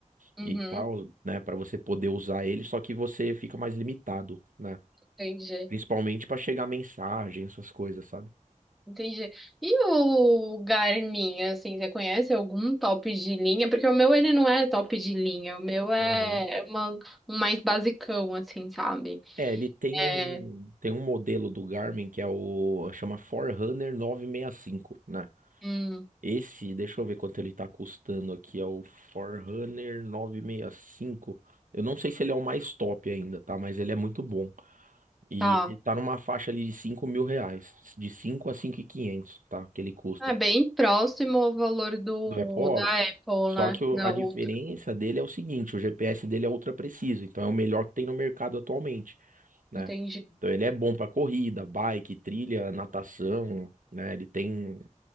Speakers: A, in the centre; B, on the right (about 80°).
A: Uhum,
B: e tal, né, Pra você poder usar ele, só que você fica mais limitado, né?
A: entendi,
B: Principalmente pra chegar mensagem, essas coisas, sabe?
A: entendi. E o Garmin, assim, você conhece algum top de linha? Porque o meu, ele não é top de linha, o meu é
B: Aham.
A: uma- um mais basicão, assim, sabe?
B: É, ele tem
A: É,
B: um, tem um modelo do Garmin que é o, chama Forerunner novecentos e sessenta e cinco, né?
A: hum,
B: Esse, deixa eu ver quanto ele tá custando aqui, é o Forerunner novecentos e sessenta e cinco. Eu não sei se ele é o mais top ainda, tá? Mas ele é muito bom. E
A: tá.
B: ele tá numa faixa ali de cinco mil reais, de 5 a 5.500, tá? Que ele custa.
A: É bem próximo ao valor do
B: Do Apple Watch.
A: da Apple,
B: Só
A: né?
B: que o-
A: Da
B: a diferença
A: outra,
B: dele é o seguinte, o GPS dele é ultra preciso, então é o melhor que tem no mercado atualmente. né?
A: entendi.
B: Então ele é bom pra corrida, bike, trilha, natação, né? Ele tem,